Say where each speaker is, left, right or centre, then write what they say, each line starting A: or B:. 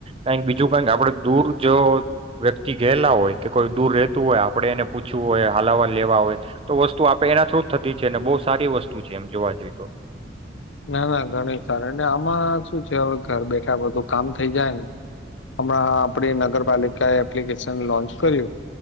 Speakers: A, on the right (about 30°); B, on the left (about 90°).
A: કાઈક બીજું કાઈક આપણે દૂર જો વ્યક્તિ ગયેલા હોય, કે કોઈ દૂર રહેતું હોય આપણે એને પૂછવું હોય, હાલાવા લેવા હોય, તો વસ્તુ આપણે એના થ્રુ જ થતી છે, ને બહુ સારી વસ્તુ છે એમ જોવા જઈએ તો.
B: ના, ના ઘણી સારી. ને આમાં શું છે હવે ઘર બેઠા બધું કામ થઈ જાય, હમણાં આપડી નગરપાલિકા એ એપ્લિકેશન લોન્ચ કર્યું